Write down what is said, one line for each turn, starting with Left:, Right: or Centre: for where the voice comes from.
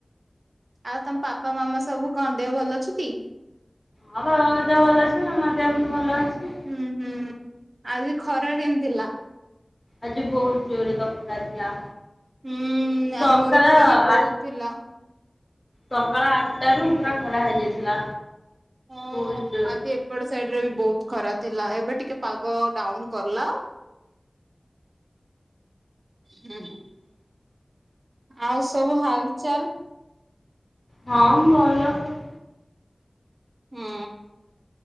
Right: ଆଉ ତମ ପାପା ମାମା ସବୁ କଣ ଦେହ ଭଲ ଅଛି ଟି?
Left: ହଁ ବାବାଙ୍କ ଦେହ ଭଲ ଅଛି ମାମା ଦେହ ବି ଭଲ ଅଛି।
Right: ହୁଁ ହୁଁ ଆଜି ଖରା କେମିତି ଥିଲା?
Left: ଆଜି ବହୁତ ଜୋରେ ତ ଖରା ଥିଲା।
Right: ହୁଁ
Left: ସକାଳ
Right: ଆମର ଏପଟେ ବି ବହୁତ
Left: ଆ
Right: ଥିଲା।
Left: ସକାଳ ଆଟାରୁ ପୁରା ଖରା ହେଇଯାଇଥିଲା
Right: ହଁ
Left: ବହୁତ ଜୋରେ।
Right: ଆଜି ଏପଟ ସାଇଟ୍ ରେ ବି ବହୁତ ଖରା ଥିଲା ଏବେ ଟିକେ ପାଗ ଡାଉନ୍ କଲା। ହୁଁ ଆଉ ସବୁ ହାଲଚାଲ୍?
Left: ହଁ ଭଲ ସବୁ।
Right: ହୁଁ।